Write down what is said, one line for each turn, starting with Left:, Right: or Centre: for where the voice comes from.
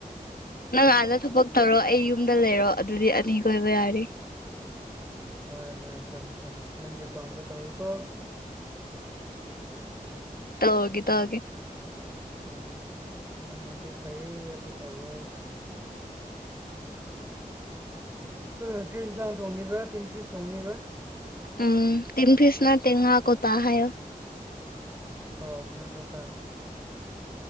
Left: ꯅꯪ ꯑꯥꯗ ꯊꯕꯛ ꯇꯧꯔꯣ ꯑꯩ ꯌꯨꯝꯗ ꯂꯩꯔꯣ ꯑꯗꯨꯗꯤ ꯑꯅꯤ ꯀꯣꯏꯕ ꯌꯥꯔꯦ
Right: ꯍꯣꯏ ꯍꯣꯏ ꯍꯣꯏ ꯍꯣꯏ ꯅꯪꯒꯤ ꯄꯥꯝꯕ ꯇꯧꯋ ꯀꯣ
Left: ꯇꯒꯦ ꯇꯧꯒꯦ
Right: ꯅꯪ ꯅꯪ ꯉꯁꯤ ꯐꯩ ꯍꯥꯏꯕꯗꯨ ꯇꯧꯔꯣ ꯍꯣꯏ ꯍꯣꯏ ꯭ꯔꯤ ꯆꯥꯎꯟ ꯊꯣꯡꯅꯤꯕ ꯇꯤꯟ ꯐꯤꯁ ꯊꯣꯡꯅꯤꯕ
Left: ꯎꯝ ꯇꯤꯟ ꯐꯤꯁꯅ ꯇꯦꯡꯉꯥꯀꯣ ꯇ ꯍꯥꯏ
Right: ꯑ ꯉ ꯀꯗ